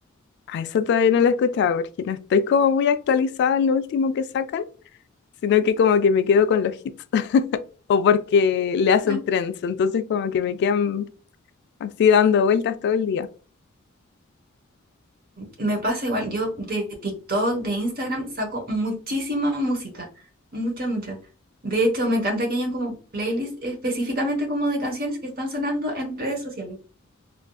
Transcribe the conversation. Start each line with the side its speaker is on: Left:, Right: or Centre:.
Left: A esa todavía no la he escuchado, porque no estoy como muy actualizada en lo último que sacan, sino que como que me quedo con los hits. o porque le hacen
Right: La-
Left: trends. Entonces como que me quedan así dando vueltas todo el día.
Right: Me pasa igual, yo de TikTok, de Instagram, saco muchísima música, mucha, mucha. De hecho, me encanta que hayan como playlists específicamente como de canciones que están sonando en redes sociales.